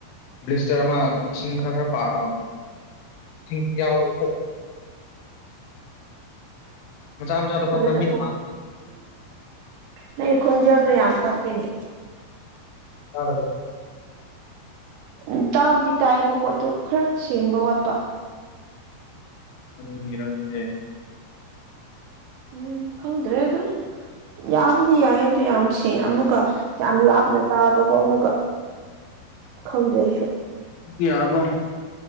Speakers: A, on the left; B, on the right.
A: ꯕ꯭ꯂꯤꯁꯇꯔ ꯑꯃ ꯏꯁꯤꯡ ꯈꯔ ꯈꯔ <inaudible> ꯢꯁꯤꯡ ꯌꯥꯎ ꯃꯆꯥ ꯃꯆꯥꯗꯣ ꯈꯪꯕ꯭ꯔꯥ
B: ꯐꯖꯅ
A: ꯃꯤꯠ
B: ꯊꯣꯛ ꯅ ꯈꯣꯟꯖꯦꯜꯗꯣ ꯌꯥꯝ ꯇꯥꯞꯄꯤꯅꯦ
A: ꯀꯅꯕ꯭ꯔꯥ <unintelligible>
B: ꯎꯝ ꯇꯥꯕꯨꯗꯤ ꯇꯥꯏꯌꯦꯕꯀꯣ ꯑꯗꯨ ꯈꯔ ꯁꯦꯡꯕ ꯋꯥꯠꯄ
A: ꯀꯔꯤꯒꯤꯔ ꯑꯗꯨꯗꯤ
B: ꯎꯝ ꯈꯪꯗ꯭ꯔꯦ ꯑꯗꯨꯝ ꯌꯥꯕꯨꯗꯤ ꯌꯥꯏ ꯑꯗꯨ ꯌꯥꯝ ꯁꯦꯡꯉ ꯑꯃꯨꯛꯀ ꯌꯥꯝ ꯂꯥꯞꯅ ꯇꯥꯕꯒꯣ ꯑꯃꯨꯛꯒ ꯈꯪꯗ꯭ꯔꯦ ꯑꯩꯁꯨ
A: ꯗꯤ ꯌꯥꯔꯕꯣ